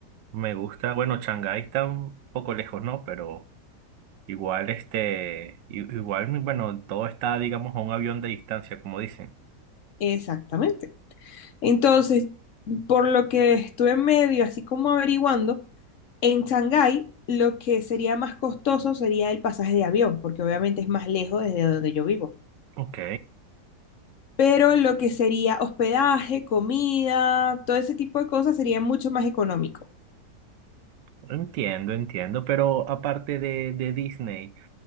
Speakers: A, on the right; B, on the left.
A: Me gusta, bueno, Shanghái está un poco lejos, ¿no? Pero igual, este, i- igual, bueno, todo está, digamos, a un avión de distancia, como dicen.
B: Exactamente. Entonces, por lo que estuve en medio, así como averiguando, en Shanghái lo que sería más costoso sería el pasaje de avión, porque obviamente es más lejos desde donde yo vivo.
A: Ok,
B: Pero lo que sería hospedaje, comida, todo ese tipo de cosas sería mucho más económico.
A: entiendo, entiendo, pero aparte de, de Disney.